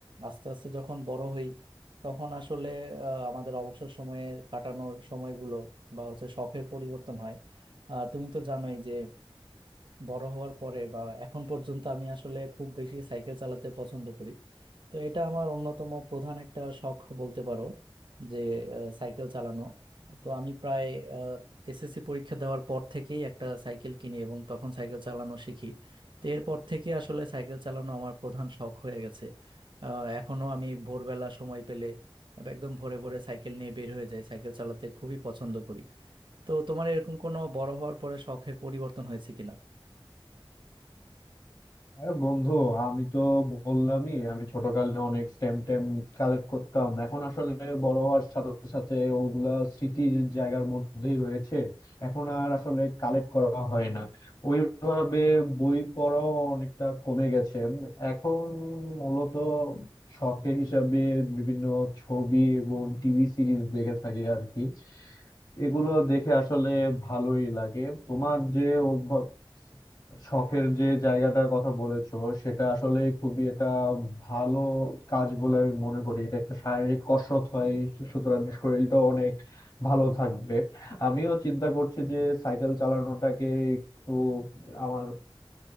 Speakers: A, on the right (about 60°); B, on the left (about 45°).
A: আস্তে আস্তে যখন বড় হই তখন আসলে আহ, আমাদের অবসর সময়ে কাটানোর সময়গুলো বা হচ্ছে শখের পরিবর্তন হয় আহ, তুমি তো জানোই যে বড় হওয়ার পরে বা এখন পর্যন্ত আমি আসলে খুব বেশি সাইকেল চালাতে পছন্দ করি তো এটা আমার অন্যতম প্রধান একটা শখ বলতে পারো যে আহ, সাইকেল চালানো তো আমি প্রায় এসএসসি পরীক্ষা দেওয়ার পর থেকেই একটা সাইকেল কিনি এবং তখন সাইকেল চালানো শিখি তো এরপর থেকে আসলে সাইকেল চালানো আমার প্রধান শখ হয়ে গেছে আহ, এখনো আমি ভোরবেলা সময় পেলে একদম ভোরে ভোরে সাইকেল নিয়ে বের হয়ে যাই সাইকেল চালাতে খুবই পছন্দ করি তো তোমার এরকম কোনো বড় হওয়ার পরে শখের পরিবর্তন হয়েছে কিনা
B: আরে বন্ধু আমি তো বললামই আমি ছোটকালে অনেক স্ট্যাম্প ট্যাম্প কালেক্ট করতাম এখন আসলে বড় হওয়ার সাথে সাথে ওগুলা স্মৃতির জায়গার মধ্যেই রয়েছে এখন আর আসলে কালেক্ট করা হয় না ওইভাবে বই পড়াও অনেকটা কমে গেছে এখন মূলত শখের হিসাবে বিভিন্ন ছবি এবং টিভি সিরিজ দেখে থাকি আর কি এগুলো দেখে আসলে ভালোই লাগে তোমার যে অভ্যাস শখের যে জায়গাটার কথা বলেছো সেটা আসলে খুবই একটা ভালো কাজ বলে আমি মনে করি এটা একটা শারীরিক কসরত হয় সুতরাং শরীরটা অনেক ভালো থাকবে আমিও চিন্তা করছি যে সাইকেল চালানোটাকে একটু আমার